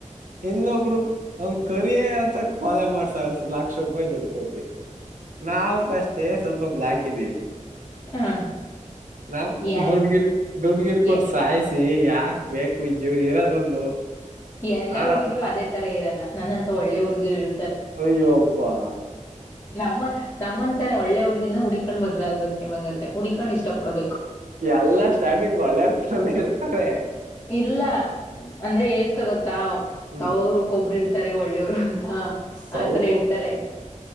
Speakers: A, on the right; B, on the left.
A: ಇನ್ನೊಬ್ರು ಅವನ್ ಕರಿ ಅಂತ ಕೊಲೆ ಮಾಡ್ಸರ್ ಲಕ್ಷ ರೂಪಾಯಿ ದುಡ್ಡು ಕೊಡ್ತಿ ನಾವವು ಪಷ್ಟೇ ಸ್ವಲ್ಪೊ ಬಲ ಹಾಕಿದ್ದೀವಿ
B: ಹ
A: ನವು
B: ಎಲ್
A: ದೌಡಗರಿ ದೌಡಗಿರಿ ಕೊಡ್ಸಾಯ
B: ಎ
A: ಯಾಕ್ ಬೇಕು ಜೀವ ಇರೋದೊಂದು
B: ಎಲ್ಲಾ
A: ಆರ
B: ಹುಡುಗಿರು ಅದೇ ತರ ಇರಲ್ಲ ನನ್ನಂತ ಒಳ್ಳೆ ಹುಡುಗಿರು ಇ
A: ಅಯ್ಯೋಪ್ಪಾ
B: ನಮ್ಮನ್ ನಮ್ಮಂಂತರ ಒಳ್ಳೆ ಹುಡ್ಗಿನನ ಹುಡಕೊಂಡ್ ಮದಗಗ್ಬತ್ ನೀವ್ಂಗಾದ್ರೆ ಹುಡ್ಕೊಂಡ್ ಇಷ್ಟ ಪಡ್ಬೇಕು
A: ಎಲ್ಲ ಸ್ಟಾರ್ಟಿಂಗ್ ಒಳ್ಳೆರ್ತರನ ಇರ್ತಾರೆ
B: ಇಲ್ಲ ಅಂದ್ರೆ ಹೇಳ್ತಗೊತ್ತಾವ
A: ಹ್ಮ್
B: ಸಾವ್ರಕ್ಕೊಬ್ರ ಇಡ್ತಾರೆ ಒಳ್ಳೆವ್ರು ಅಂತ ಹಾ
A: ಸೌರು
B: ಆತನ ಇಡ್ತಾರೆ